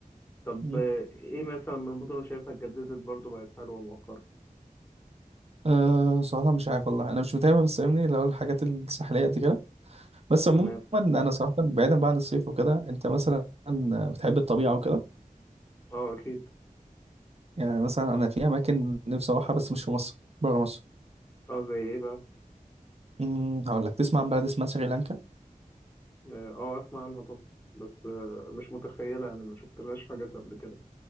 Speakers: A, on the left; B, on the right.
A: طب
B: مم.
A: آه، ايه مثلا من المدن اللي شايفها اتجددت برضو بقت حلوة مؤخرا
B: أه صراحة مش عارف والله أنا مش متابع بس فاهمني اللي هو الحاجات الساحلية دي كده بس عموما
A: تمام
B: أنا صراحة بعيدا بقى عن الصيف وكده أنت مثلا بتحب الطبيعة وكده
A: اه اكيد
B: يعني مثلا أنا في أماكن نفسي أروحها بس مش في مصر بره مصر
A: اه زي ايه بقى
B: أمم، هقول لك تسمع عن بلد اسمها سريلانكا
A: اه آه، اسمع عنها طبعا بس آه مش متخيلة يعني ما شفتلهاش حاجات قبل كده